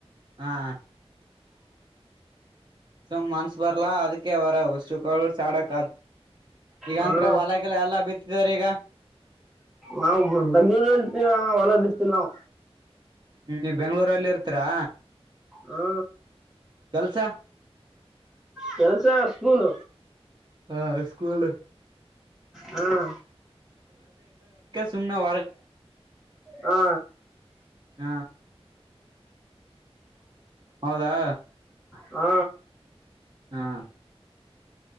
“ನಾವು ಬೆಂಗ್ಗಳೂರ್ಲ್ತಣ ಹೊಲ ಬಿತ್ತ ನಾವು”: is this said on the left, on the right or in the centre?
Centre